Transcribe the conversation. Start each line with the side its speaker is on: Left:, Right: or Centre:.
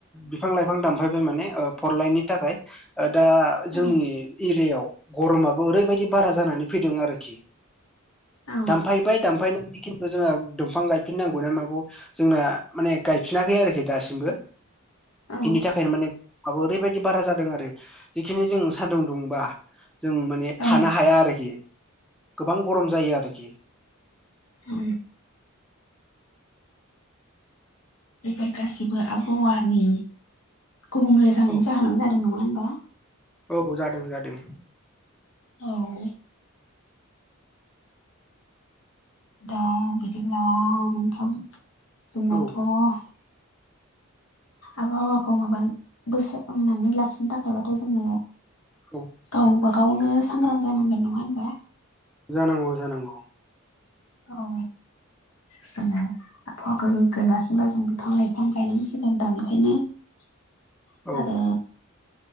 Centre: बिफां लाइफां दानफायबाय माने फरलाइननि थाखाय। दा
Left: औ
Centre: जोंनि एरियायाव गरमाबो ओरैबायदि बारा जानानै फैदों आरोखि
Left: औ
Centre: दानफायबाय दामफायनानै खिन्थु जोंहा दंफां गायफिननांगौ ना माागौ जोंना माने गायफिनाखै आरोखि दासिमबो।
Left: औ
Centre: बेनि थाखायनो माने माबा ओरैबायदि बारा जादों आरो जिखिनि जों सान्दुं दुंबा। जों माने
Left: औ
Centre: थानो हाया आरोखि गोबां गरम जायो आरोखि
Left: औ। बेफोर गासिबो आबहावानि गुबुंले जानायनि
Centre: औ
Left: जाहोनाव जादों नङा होनबा
Centre: औ जादों जादों
Left: औ। दा बिदिब्ला नोंथां जोंनाथ'।
Centre: औ
Left: आबहावाखौ माबा बोसांनानै लाखिनो थाखायबाथ' जोङो
Centre: औ
Left: गावबा गावनो सांग्रां जानांगोन नङा होनबा
Centre: जानांगौ जानांगौ।
Left: औ। जोङो आबहावाखौ गोग्गो लाखिनोबा जों बिफां लाइफां गायनांसिगोन दानिफ्रायनो <inaudible>
Centre: औ
Left: आरो